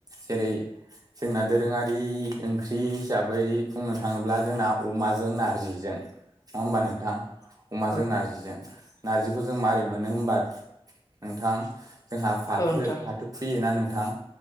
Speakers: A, on the right; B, on the left.
A: जेरै जोंना दोरोङारि ओंख्रि हिसाबै बुंनो थाङोब्ला जोंना अमाजों नारजिजों नङा होमबा नोंथां? अमाजों
B: औ
A: नारजि नारजिखौ जों मारै मोनो होमबाद नोंथां जोंहा
B: औ
A: फाथो
B: नोंथां
A: फाथो खुयोना नोंथां